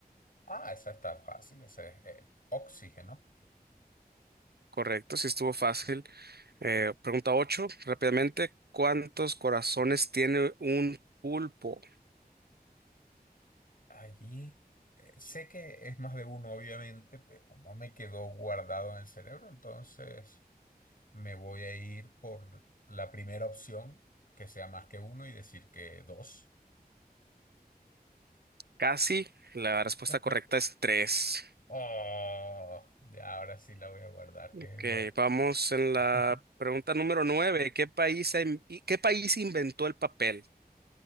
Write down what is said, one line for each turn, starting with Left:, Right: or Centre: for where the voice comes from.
Left: Ah, esa está fácil, ese es el oxígeno.
Right: Correcto, sí estuvo fácil. Eh, pregunta 8, rápidamente, ¿cuántos corazones tiene un pulpo?
Left: Allí eh, sé que es más de uno, obviamente, pero no me quedó guardado en el cerebro, entonces... me voy a ir por la primera opción, que sea más que uno y decir que dos.
Right: Casi, la respuesta
Left: <laughs>
Right: correcta es 3.
Left: Oh, ya ahora sí la voy a guardar,
Right: Ok,
Left: qué loco.
Right: vamos en la
Left: <laughs>
Right: pregunta número 9. ¿qué país, ha in- y- qué país inventó el papel?